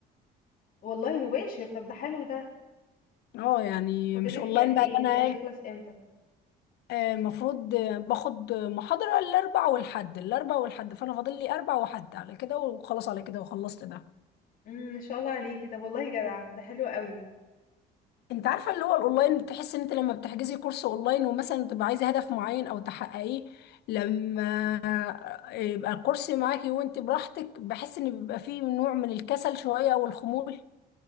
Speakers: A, on the left; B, on the left.
A: والله مباشر طب ده حلو ده
B: اه يعني
A: فاضلك
B: مش اونلاين
A: فيه قد
B: بقى
A: ايه
B: اللي انا
A: فده يخلص
B: ايه
A: امتى
B: آه، المفروض آه، باخد محاضرة الاربع والحد الاربع والحد فانا فاضل لي اربع وحد على كده وخلاص على كده وخلصت ده
A: امم ان شاء الله عليكي طب والله جدع ده حلو قوي
B: انت عارفه اللي هو الاونلاين بتحس ان انت لما بتحجزي كورس اونلاين ومثلا تبقى عايزه هدف معين او تحققيه لما يبقى الكورس معاكي وانت براحتك بحس ان بيبقى فيه نوع من الكسل شويه او الخمول